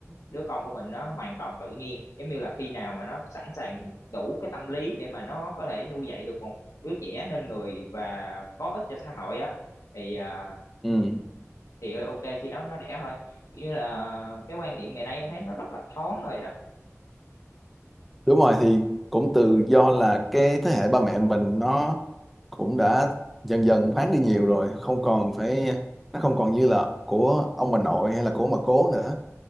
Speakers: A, on the left (about 85°); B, in the centre.
A: đứa con của mình nó hoàn toàn tự nhiên giống như là khi nào mà nó sẵn sàng đủ cái tâm lý để mà nó có thể nuôi dạy được một đứa trẻ nên người và có ích cho xã hội á thì à,
B: Ừ.
A: thì ờ, ok khi đó nó đẻ thôi kiểu như là cái quan niệm ngày nay em thấy nó rất là thoáng rồi đó
B: đúng rồi thì cũng từ do là cái thế hệ ba mẹ mình nó cũng đã dần dần thoáng đi nhiều rồi không còn phải nó không còn như là của ông bà nội hay là của ông bà cố nữa